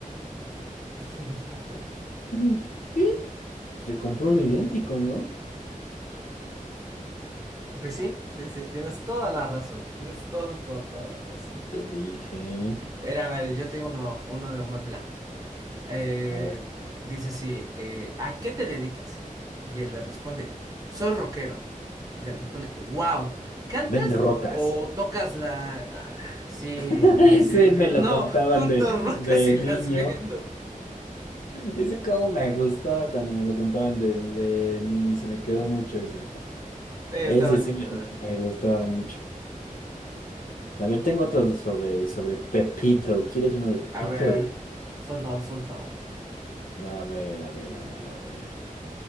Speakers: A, on the right; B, on the left.
A: <laughs>
B: <laughs> ¿Qué? Pues le compró
A: No,
B: uno idéntico, ¿no?
A: Pues sí, sí, sí, tienes toda la razón. Tienes toda, toda, toda la razón.
B: Te dije.
A: Era, a ver, yo tengo uno, uno de humor blanco. Eh,
B: A ver.
A: dice sí, eh, ¿a qué te dedicas? Y él le responde, soy rockero. Y le responde, wow, ¿cantas
B: Vende rocas.
A: o tocas la...? Ah, sí,
B: <laughs> Ese
A: le dicen,
B: me lo
A: <laughs> no,
B: contaban
A: junto
B: de,
A: rocas
B: de
A: y
B: niño.
A: las vendo.
B: Ese como me gustaba cuando me lo contaban de, de niño y se me quedó mucho ese.
A: Eh,
B: Ese
A: está bonito.
B: sí me, me gustaba mucho. A ver, tengo otros sobre, sobre Pepito. ¿Quieres uno de Pepito?
A: A ver, suéltalo, suéltalo.
B: A ver, a ver, a ver, a ver.